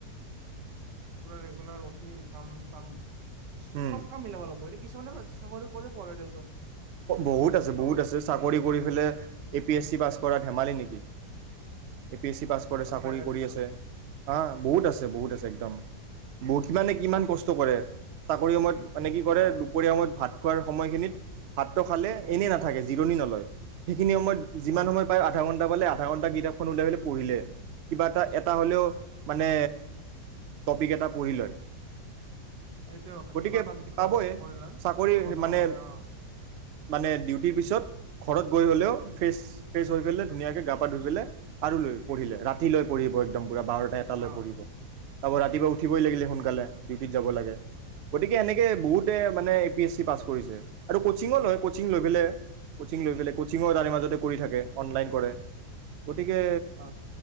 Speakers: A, on the right; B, on the right.
A: পুৰা ৰেগুলাৰ উঠি কাম চাম
B: উম,
A: চব কাম মিলাব লাগিব, এতিয়া কিছুমানে <unintelligible> দেচোন।
B: বহুত
A: কষ্ট
B: আছে, বহুত
A: কৰে
B: আছে, চাকৰি কৰি পেলাই, A P S C pass কৰা ধেমালি নেকি? A P S C pass কৰে,
A: তইতো
B: চাকৰি
A: প্ৰাইভেট
B: কৰি
A: চ
B: আছে হা, বহুত আছে, বহুত আছে, একদম। বহুত, কিমানে কিমান কষ্ট কৰে চাকৰি সময়ত মানে কি
A: অ
B: কৰে, দুপৰীয়া সময়ত ভাত খোৱাৰ সময়খিনিত ভাতটো খালে,
A: উম
B: এনেই নাথাকে, জিৰণি নলয়। সেইখিনি সময়ত, যিমান
A: অ
B: সময় পায়, আধা ঘণ্টা পালে আধা আধাঘণ্টা কিতাপখন ওলাই পেলাই পঢ়িলে, কিবা এটা এ অ', হ'লেও মানে টপিক এটা পঢ়ি লয়।
A: এইটোয়ে কথা,
B: গতিকে
A: কিবা এটা বিষয়
B: পাবই
A: <unintelligible> পঢ়ি লৈ,
B: চাকৰি
A: গৱেষণা
B: মানে
A: কৰে অ'
B: মানে ডিউটিৰ পিছত, ঘৰত গৈ হ'লেও, ফ্ৰেছ-ফ্ৰেছ হৈ পেলাই, ধুনীয়াকৈ গা-পা ধুই পেলাই আৰু লৈ পঢ়িলে, ৰাতিলৈ পঢ়িব একদম। পুৰা বাৰটা এটালৈ
A: অ
B: পঢ়িব। আকৌ ৰাতিপুৱা উঠিবই লাগিলে সোনকালে, ডিউটিত যাব লাগে, গতিকে এনেকৈ বহুতে মানে A P S C pass কৰিছে আৰু ক <unintelligible> লয় কোচিং লৈ পেলে কোচিং লৈ পেলে, কোচিংৰ তাৰে মাজতে কৰি থাকে, অনলাইন কৰে। গতিকে
A: অ